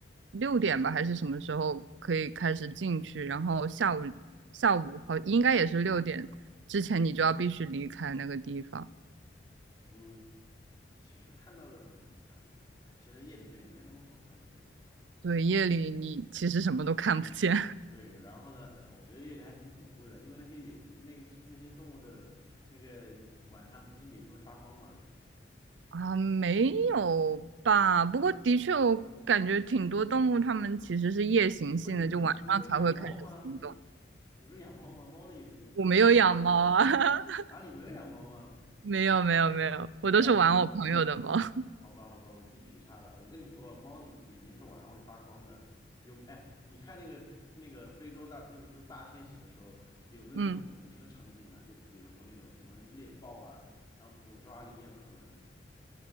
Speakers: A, on the right (about 80°); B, on the left (about 20°).
A: 六点吧还是什么时候可以开始进去，然后下午下午好应该也是六点之前你就要必须离开那个地方。
B: 嗯，其实看到的，嗯，其嗯，哎，其实夜里面也没什么好看的，我说实话。
A: 对，夜里你其实什么都看不见
B: 对，然后呢，呃我觉得夜里还挺恐怖的，因为那些野，那个那些动物的那个晚上不是眼睛会发光吗？
A: <laughs> 啊，没有吧？不过的确我感觉挺多动物它们其实是夜行性的，
B: 不是你不是你不是养猫吗？
A: 就晚上才会开始行动。
B: 你不是养猫吗？猫的眼睛晚上就发光呀。
A: 我没有养猫啊。<laughs>
B: 啊，你没有养猫吗？
A: 没有没有没有，
B: 啊，
A: 我都是玩我朋友的猫。
B: 那我记
A: <laughs>
B: 好吧，好吧，我记劈叉了。我跟你说，猫的眼睛是晚上会发光的。有，哎，你看那个那个非洲大，就是就是大迁徙的时候，有没有那种捕食场景啊？
A: 嗯，
B: 就比如说那种什么猎豹啊，然后捕抓羚羊什么的，